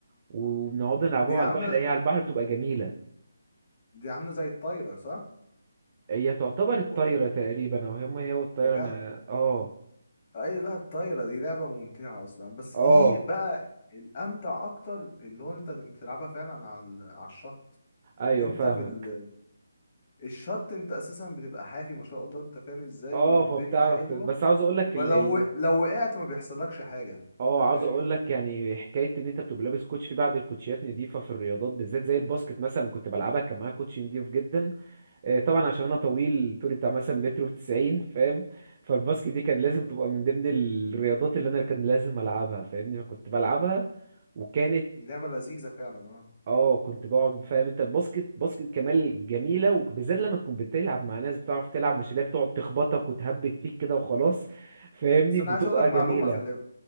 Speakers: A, on the right; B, on the left.
A: وبنقعد نلعبوها
B: دي عاملة
A: على البحر هي على البحر بتبقى جميله
B: دي عاملة زي الطايرة صح؟
A: هي تعتبر الطايرة
B: و-
A: تقريبا او هم هي والطايرة
B: يا جدع
A: انا اه
B: اي لا الطايره دي لعبه ممتعه اصلا بس
A: اه
B: دي بقى الامتع اكتر اللي هو انت بتلعبها فعلا على ال- على الشط
A: ايوه
B: ان انت
A: فاهمك
B: في ال... الشط انت اساسا بتبقى حافي ما شاء الله انت فاهم ازاي
A: اه
B: والدنيا
A: فبتعرف
B: حلوه
A: ت... بس عاوز اقول لك
B: فلو
A: ال... ال...
B: لو وقعت ما بيحصلكش حاجه
A: اه
B: انت
A: عاوز
B: فاهم
A: اقول لك يعني حكايه ان انت بتبقى لابس كوتش في بعض الكوتشيات نضيفه في الرياضات بالذات زي الباسكت مثلا كنت بلعبها كان معايا كوتش نضيف جدا آه، طبعا عشان انا طويل طولي بتاع مثلا متر و90 فاهم فالباسكت دي كان لازم تبقى من ضمن الرياضات اللي انا كان لازم العبها فاهمني فكنت بلعبها وكانت
B: دي لعبه لذيذه فعلا اه
A: اه كنت بقعد فاهم انت الباسكت باسكت كمال جميله وبالذات لما تكون بتلعب مع ناس بتعرف تلعب مش اللي هي بتقعد تخبطك وتهبد فيك كده وخلاص فاهمني
B: بس انا
A: بتبقى
B: عايز اقول لك
A: جميله
B: معلومه خلي